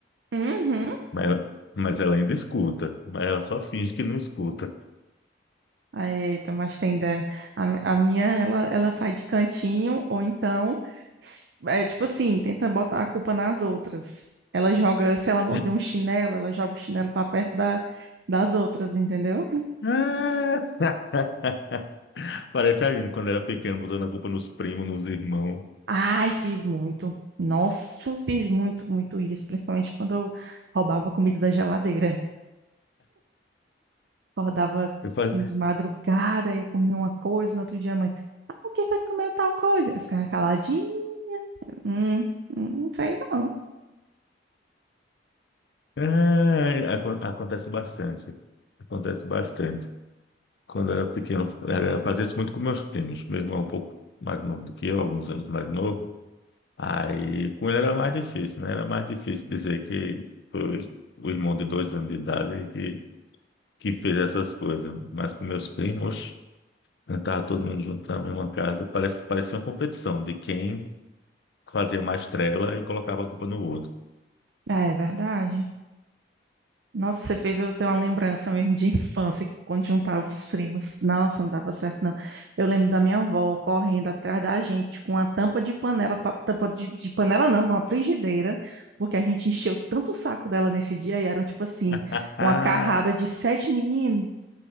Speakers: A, on the right; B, on the left.
A: Uhum.
B: Mas, mas ela ainda escuta. Mas ela só finge que não escuta.
A: Ah, Eita, mas tem dessa. A, mi- a minha, ela, ela sai de cantinho, ou então, s- é tipo assim, tenta botar a culpa nas outras. Ela joga, se ela morder
B: <laughs>
A: um chinelo, ela joga o chinelo pra perto da, das outras, entendeu?
B: Ah! <laughs> Parece a gente quando era pequeno, botando a culpa nos primos, nos irmãos.
A: Ai, fiz muito. Nossa, fiz muito, muito isso, principalmente quando eu roubava comida da geladeira. Acordava
B: Eu falo,
A: assim de madrugada, aí eu comia uma coisa, no outro dia a mãe, ah, quem foi que comeu tal coisa? Eu ficava caladinho, hum, hum, não sei não.
B: ah, acon- acontece bastante. Acontece bastante. Quando eu era pequeno, era, fazia isso muito com meus primos. Meu irmão é um pouco mais novo do que eu, alguns anos mais novo. Aí, com ele era mais difícil, né? Era mais difícil dizer que foi o irmão de dois anos de idade que, que fez essas coisas. Mas com meus primos, quando tava todo mundo junto na mesma casa, parece, parecia uma competição de quem fazia mais trela e colocava a culpa no outro.
A: Ah, É verdade. Nossa, você fez eu ter uma lembrança mesmo de infância, quando juntava os primos. Nossa, não dava certo, não. Eu lembro da minha avó correndo atrás da gente com uma tampa de panela, pa- tampa de, de panela não, com uma frigideira, porque a gente encheu tanto o saco dela nesse dia e eram, tipo assim,
B: <laughs>
A: uma carrada de sete meninos.